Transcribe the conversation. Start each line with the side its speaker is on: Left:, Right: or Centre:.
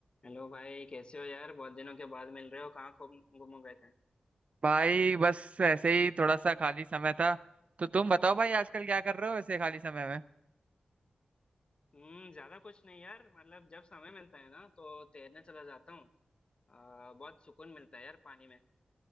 Left: Hello भाई कैसे हो यार बहुत दिनों के बाद मिल रहे हो कहाँ खो गुम हो गए थे
Right: भाई बस ऐसे ही थोड़ा सा खाली समय था तो तुम बताओ भाई आजकल क्या कर रहे हो ऐसे खाली समय में
Left: हम्म ज्यादा कुछ नहीं यार मतलब जब समय मिलता है ना तो तैरने चला जाता हूँ आ, बहुत सुकून मिलता है यार पानी में